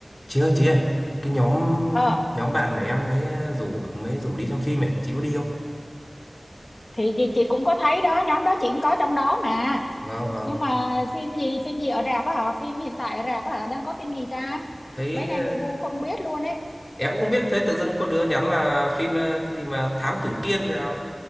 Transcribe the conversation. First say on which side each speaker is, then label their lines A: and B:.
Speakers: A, on the left; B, on the left.
A: chị ơi chị ơi cái nhóm
B: ờ
A: nhóm bạn này em mới rủ mới rủ đi xem phim này chị có đi không
B: thì, thì chị cũng có thấy đó nhóm đó chị cũng có trong đó mà
A: vâng vâng
B: nhưng mà phim gì phim gì ở rạp á hả phim hiện tại ở rạp á hả đang có phim gì ta
A: thấy
B: mấy này lu bu không biết luôn ấy
A: em cũng không biết thấy tự dưng có đứa nhắn là phim ờ, cái gì mà Thám Tử Kiên thế nào ấy